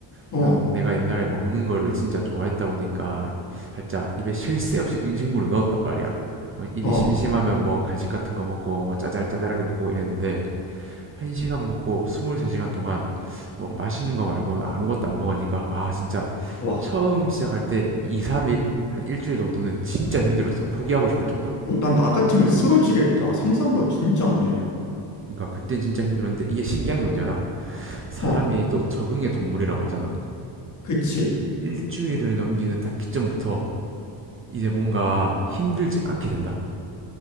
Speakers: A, on the left (about 40°); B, on the right (about 30°).
A: 어,
B: 물론 내가 옛날에 먹는 거를 진짜 좋아했다 보니까 살짝 입에 쉴 새 없이 음식물을 넣었단 말이야. 뭐 입이
A: 어,
B: 심심하면 뭐 간식 같은 거 먹고 뭐 짜잘짜잘하게 먹고 이랬는데 한 시간 먹고 23시간 동안 뭐 맛있는 거 말고는 아무것도 안 먹으니까 아, 진짜
A: 와.
B: 처음 시작할 때 2, 3일, 한 일주일 정도는 진짜 힘들었어. 포기하고 싶을 정도로.
A: 어, 난나 같으면 쓰러지겠다. 상상도 진짜 안 되네.
B: 그러니까 그땐 진짜 힘들었는데 이게 신기한 게 뭔지 알아? 사람이
A: 어,
B: 또 적응의 동물이라고 하잖아.
A: 그치.
B: 일주일을 넘기는 딱 기점부터 이제 뭔가 힘들지 않게 된다.